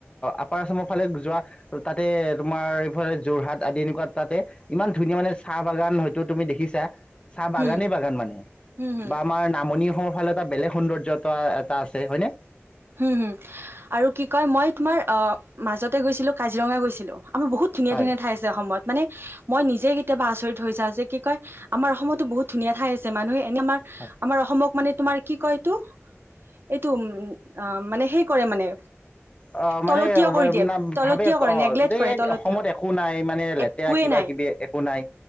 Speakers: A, on the left; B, on the right.
A: আপাৰ আচামৰ ফালে যোৱা, তাতে তোমাৰ এইফালে যোৰহাট আদি এনেকুৱা তাতে ইমান ধুনীয়া মানে চাহ বাগান হয়তো তুমি দেখিছা। চাহ বাগানেই
B: হুম
A: বাগান মানে।
B: হুম হুম
A: বা আমাৰ নামনি নামনি অসমৰ ফালে এটা বেলেগ সৌন্দৰ্য্যতা এটা আছে হয়নে?
B: হম হুম, আৰু কি কয় মই তোমাৰ আ মাজতে গৈছিলো কাজিৰঙা গৈছিলোঁ। আমাৰ বহুত ধুনীয়া
A: হয়,
B: ধুনীয়াঠাই আছে অসমত। মানে, মই নিজে কেতিয়াবা আচৰিত হৈ যাওঁ যে কি কয় আমাৰ অসমতো বহুত ধুনীয়া ঠাই আছে, মানুহে এনে আমাৰ,
A: হয়।
B: আমাৰ অসমক মানে তোমাৰ কি কয় এইটো, এইটো, উম আ মানে সেই কৰে মানে।
A: অ মানে
B: তলতীয়া কৰি দিয়ে,
A: না
B: তলতীয়া
A: ভাবে
B: কৰে
A: অ
B: নেগলেক্ট
A: যে
B: কৰে,
A: এই
B: তলতীয়া
A: অসমত একো নাই মানে লেতেৰা
B: একোৱে
A: কিবা
B: নাই
A: কিবি একো নাই